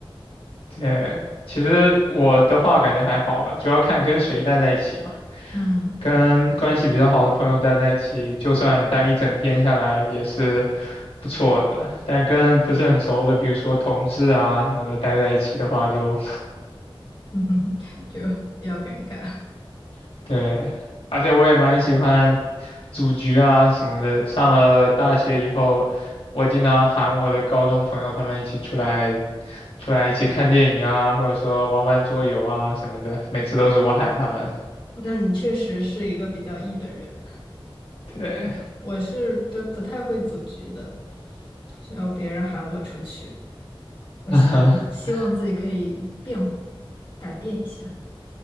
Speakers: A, on the left; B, on the left.
A: 对，其实我的话感觉还好吧，主要看跟谁待在一起嘛。
B: 嗯，
A: 跟关系比较好的朋友待在一起，就算待一整天下来也是不错的。但跟不是很熟的，比如说同事啊什么的，待在一起的话就
B: <laughs> 就比较尴尬。
A: <laughs>，对。而且我也蛮喜欢组局啊什么的。上了大学以后，我经常喊我的高中朋友他们一起出来，出来一起看电影啊，或者说玩玩桌游啊什么的。每次都是我喊他们。
B: <laughs> 那你确实是一个比较 E 的人，
A: 对。
B: 我是都不太会组局的，需要别人喊我出去，我想希望自己可以变，
A: <laughs>
B: 改变一下。